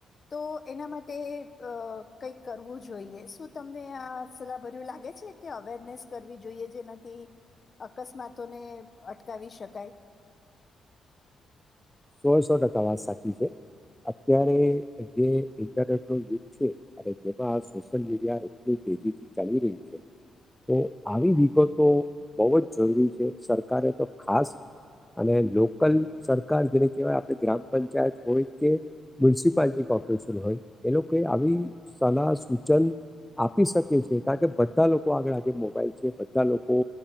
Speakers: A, on the left; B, in the centre.
A: તો એના માટે કંઈક કરવું જોઈએ શું તમને આ સલાહ ભર્યું લાગે છે કે અવેરનેસ કરવી જોઈએ જેનાથી અકસ્માતોને અટકાવી શકાય.
B: સો સો ટકા વાત સાચી છે અત્યારે જે ઇન્ટરનેટનો યુગ છે અને જેમાં સોશિયલ મીડિયા એટલું તેજીથી ચાલી રહ્યું છે તો આવી વિગતો તો બહુ જ જરૂરી છે સરકારે તો ખાસ અને લોકલ સરકાર જેને કવાય આપણે ગ્રામ પંચાયત હોય કે મ્યુનિસિપાલટી કોર્પોરેશન હોય એ લોકોઈ આવી સલાહ સૂચન આપી શકે છે કારણ કે બધા લોકો આગળ આજે મોબાઈલ છે બધા લોકો